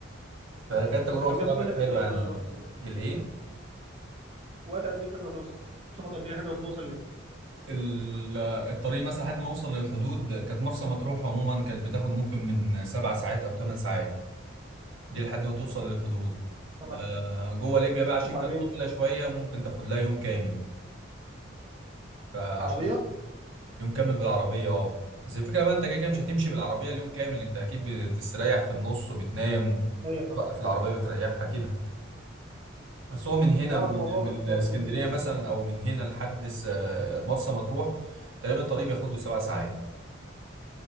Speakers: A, on the right (about 75°); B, on the right (about 30°).
A: فكانت تجربه
B: ده كان
A: بصراحه
B: بياخد منك
A: كانت حلوه
B: قد ايه ده
A: يعني
B: بقى الوقت
A: الايه
B: وقت قد ايه لحد ما توصل تاخد قد ايه لحد ما توصل لليبيا
A: ال- الطريق مثلا لحد ما اوصل للحدود كانت مرسى مطروح عموما كانت بتاخد ممكن من سبع ساعات او ثمان ساعات دي لحد ما توصل للحدود
B: سبع
A: آه،
B: ساعات
A: جوه ليبيا بقى عشان
B: وبعدين
A: كانت طويله شويه ممكن تاخد لها يوم كامل فعشان
B: عربية
A: يوم كامل بالعربية اه بس الفكرة بقى انت كده كده مش هتمشي بالعربية اليوم كامل انت اكيد بتستريح في النص وبتنام
B: رايح اه.
A: بقى في العربية بتريحها كده بس هو من هنا
B: لا
A: من,
B: الموضوع
A: من الاسكندرية
B: مشوار طويل
A: مثلا او من هنا لحد س- مرسى مطروح تقريبا الطريق بياخد له سبع ساعات